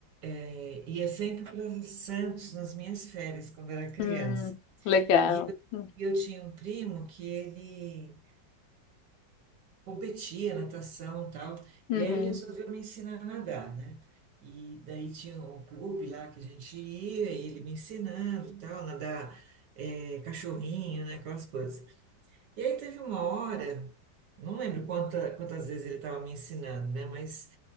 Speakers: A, on the right; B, on the left.
A: eh, ia sempre para Santos nas minhas férias quando era criança.
B: hum, legal.
A: E
B: Hum,
A: eu, eu tinha um primo que ele competia natação e tal,
B: Uhum.
A: e aí ele resolveu me ensinar a nadar, né? E daí tinha um clube lá que a gente ia, e ele me ensinando e tal, nadar eh, cachorrinho, né? Aquelas coisas. E aí teve uma hora, não lembro quanta- quantas vezes ele estava me ensinando, né? Mas